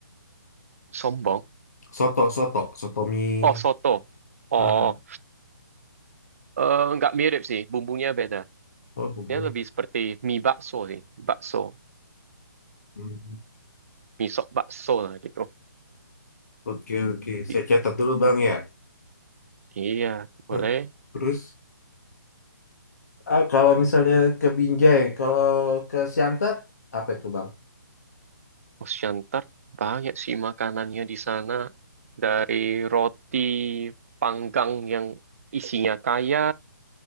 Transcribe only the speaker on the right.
sombong.
Oh, soto. Oh,
eh, nggak mirip sih. Bumbunya beda.
Dia lebih seperti mie bakso sih. Bakso.
Mie sop bakso lah gitu.
I-
iya, boleh.
Osyantar, banyak sih makanannya di sana. Dari roti panggang yang isinya kaya,